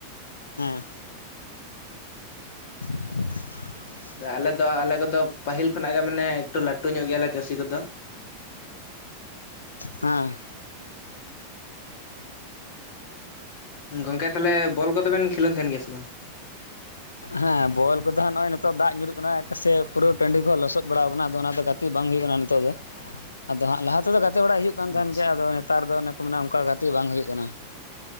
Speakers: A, on the left; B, on the left.
A: ᱦᱮᱸ
B: ᱦ
A: <inaudible>
B: ᱟᱞᱮ ᱫᱚ ᱟᱞᱮ ᱠᱚᱫᱚ ᱯᱟᱹᱦᱤᱞ ᱠᱷᱚᱱᱟᱜ ᱜᱮ ᱢᱟᱱᱮ ᱮᱠᱴᱩ ᱞᱟᱹᱴᱩ ᱧᱚᱜ ᱜᱮᱭᱟ ᱞᱮ ᱪᱟᱹᱥᱤ ᱠᱚᱫᱚ
A: ᱦᱮᱸ
B: ᱜᱚᱝᱠᱮ ᱛᱟᱦᱚᱞᱮ ᱵᱚᱞ ᱠᱚᱫᱚᱵᱮᱱ ᱠᱷᱮᱞᱳᱱ ᱛᱟᱦᱮᱸᱱ ᱜᱮᱭᱟ ᱥᱮ ᱵᱟᱝ
A: ᱦᱮᱸ ᱵᱚᱞ ᱠᱚᱫᱚ ᱦᱟᱸᱜ ᱱᱚᱜᱼᱚᱭ ᱱᱤᱛᱚᱜ ᱫᱟᱜ ᱧᱩᱨᱩᱜ ᱠᱟᱱᱟ ᱥᱮ ᱯᱩᱨᱟᱹ ᱴᱟᱺᱰᱤ ᱦᱚᱸ ᱞᱚᱥᱚᱫ ᱵᱟᱲᱟᱣ ᱟᱠᱟᱱᱟ ᱟᱫᱚ ᱚᱱᱟ ᱛᱮ ᱜᱟ ᱛᱮ ᱵᱟᱝ ᱦᱩᱭᱩᱜ ᱠᱟᱱᱟ ᱱᱤᱛᱚᱜ ᱫᱚ ᱟᱫᱚ ᱦᱟᱸᱜ ᱞᱟᱦᱟ ᱛᱮᱫᱚ ᱜᱟᱛᱮ ᱵᱟᱲᱟᱜ ᱦᱩᱭᱩᱜ ᱠᱟᱱ
B: ᱟᱪᱪᱷᱟ
A: ᱛᱟᱦᱮᱸᱱ ᱜᱮᱭᱟ ᱟᱫᱚ ᱱᱮᱛᱟᱨ ᱫᱚ ᱚᱱᱮ ᱠᱚ ᱢᱮᱱᱟ ᱚᱱᱠᱟ ᱜᱟᱛᱮᱜ ᱵᱟᱝ ᱦᱩᱭᱩᱜ ᱠᱟᱱᱟ